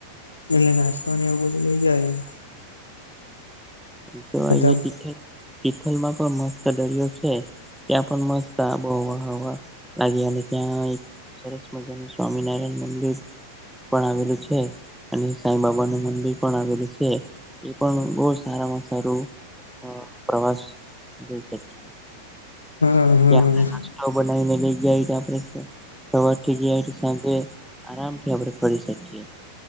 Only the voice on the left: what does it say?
એટલે નાસ્તો એવું બધું લઇ જાય એમ.
બધા
હમ હમ!